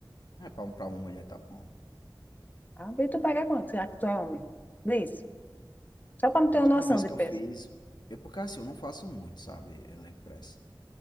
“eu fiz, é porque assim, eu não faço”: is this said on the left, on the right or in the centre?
Left